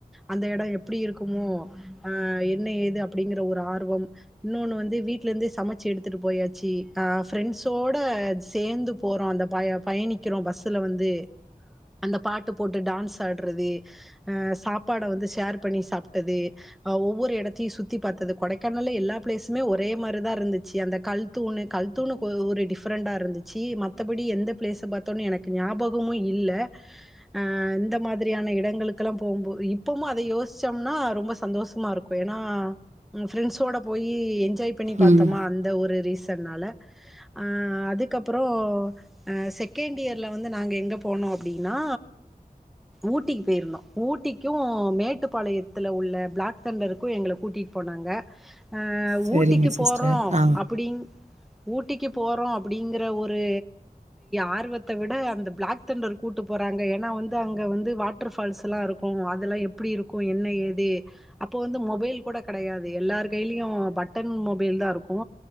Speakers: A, in the centre; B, on the right (about 50°).
A: அந்த எடோ எப்டி இருக்குமோ ஆ என்ன ஏது அப்டிங்கிற ஒரு ஆர்வம் இன்னொன்னு வந்து வீட்லருந்தே சமச்சு எடுத்துட்டு போயாச்சு ஆ ஃப்ரெண்ட்ஸோட சேந்து போறோ அந்த பய பயணிக்கிறோ பஸ்ஸுல வந்து அந்த பாட்டு போட்டு டான்ஸ் ஆடுறது ஆ சாப்பாட வந்து ஷேர் பண்ணி சாப்ட்டது ஒவ்வொரு எடத்தையூ சுத்தி பாத்தது கொடைக்கானல்ல எல்லா ப்ளேஸுமே ஒரே மாரிதாருந்துச்சு அந்த கல் தூணு கல்தூணுக் ஒ ஒரு டிஃபரெண்டா இருந்துச்சி மத்தபடி எந்த பிளேஸ் பாத்தோனு எனக்கு ஞாபகமூ இல்ல ஆ இந்த மாத்ரியான எடங்களுக்குல்லா போம்போ இப்பம அத யோசிச்சம்னா ரொம்ப சந்தோஷமாருக்கூ ஏனா ஃப்ரண்ட்ஸோட போய் என் ஜாய் பண்ணி பாத்தோமா
B: ம்
A: அந்த ஒரு ரீஸ் சன்னால ஆ அதுக்கப்றோ ஆ செகண்ட் இயர்ல வந்து நாங்க எங்க போனோ அப்டின்னா ஊட்டிக்கு போயிருந்தோ ஊட்டிக்கூ மேட்டுப்பாளையத்துல உள்ள பிளாக் தண்டருக்கூ எங்கள கூட்டிட்டு போனாங்க ஆ
B: சரிங்க
A: ஊட்டிக்கு
B: சிஸ்டர்
A: போறோ
B: ஆ
A: அப்டின் ஊட்டிக்கு போறோ அப்டிங்கற ஒரு ஆர்வத்த விட அந்த பிளாக் தண்டர் கூட்டு போறாங்க ஏனா வந்து அங்க வந்து வாட்டர்ஃபால்ஸ்லா இருக்கூ அதெல்லா எப்டி இருக்கூ என்ன ஏது அப்போ வந்து மொபைல் கூட கெடையாது எல்லார் கையிலயூ பட்டன் மொபைல் தா இருக்கூ